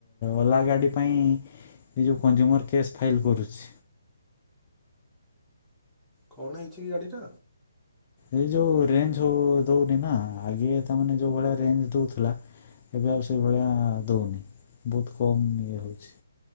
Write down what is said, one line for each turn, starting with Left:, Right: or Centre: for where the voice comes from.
Left: ଓଲା ଗାଡି ପାଇଁ ଏ ଯୋଉ କଂଜୁମର କେସ୍ ଫାଇଲ କରୁଛି।
Centre: କଣ ହେଇଛି କି ଗାଡ଼ିଟା?
Left: ଏଇ ଯେଉ ରେଞ୍ଜ ହୋଉ ଦଉନି ନା ଆଗେ ତାମାନେ ଯେଉଁ ଭଳିଆ ରେଞ୍ଜ ଦଉଥିଲା ଏବେ ଆଉ ସେଇ ଭଳିଆ ଦଉନି ବହୁତ କମ୍ ଇଏ ହଉଛି